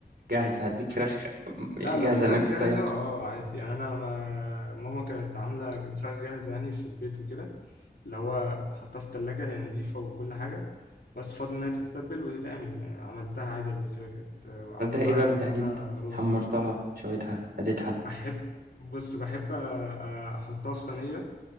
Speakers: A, on the right; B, on the left.
A: جاهزه هنديك فراخ
B: لا
A: جاهزه
B: لو فراخ
A: انك
B: جاهزه
A: تطيب
B: اه عادي يعني انا ما... ماما كانت عامله فراخ جاهزه يعني في البيت وكده اللي هو حطها في التلاجة هي نضيفة وكل حاجة بس فاضل إنها تتبل وتتعمل يعني عملتها عادي قبل كده كانت وعملت
A: عملتها ايه
B: معاها
A: بقى
B: جنبها
A: بالتحديد
B: رز
A: حمرتها شويتها قليتها
B: بحب بص بحب أ- أ- أحطها في صينية